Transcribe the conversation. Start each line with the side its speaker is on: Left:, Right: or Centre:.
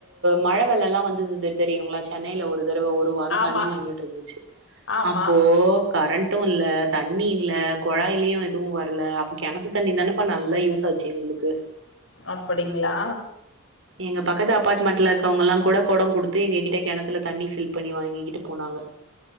Right: மழை வெள்ளோல்லா வந்து இருந்து தெரியுங்களா சென்னையில ஒரு தடவ ஒரு வாரோ
Left: ஆமா
Right: தண்ணி நின்னுட்டு இருந்துச்சி
Left: ஆமா
Right: அப்போ கரண்ட் டு இல்ல தண்ணி இல்ல கொழாயிலு எதுவு வரல அப்ப கெணத்து தண்ணி தானேப்ப நல்லா யூஸ் ஆச்சு க்கு
Left: அப்டிங்களா
Right: எங்க பக்கத்து அப்பார்ட்மெண்ட்ல இருக்கவங்கல்லா கூட கொடோ குடுத்து எங்ககிட்ட கெணத்துல தண்ணி ஃபில் பண்ணி வாங்கிக்கிட்டு போனாங்க க